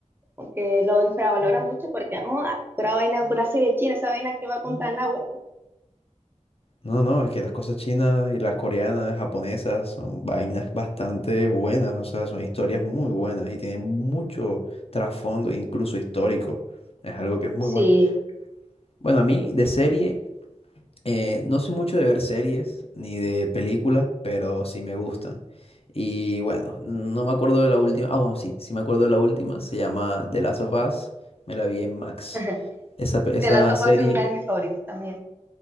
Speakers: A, on the right; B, on the left.
A: como que lo infravalora mucho porque, oh, ah, pura vaina, pura serie china, esa vaina que va a contar en agua.
B: No, no, no, es que las cosas chinas y las coreanas, japonesas son vainas bastante buenas, o sea, son historias muy buenas y tienen mucho trasfondo, incluso histórico. Es algo que es muy
A: Sí,
B: bueno. Bueno, a mí de serie, eh, no soy mucho de ver series ni de películas, pero sí me gustan. Y bueno, no me acuerdo de la última. Ah, bueno, sí, sí me acuerdo de la última. Se llama The Last of Us. Me la vi en Max.
A: <laughs>
B: Esa, pe- esa
A: The Last of
B: serie,
A: Us es una de mis favoritas también.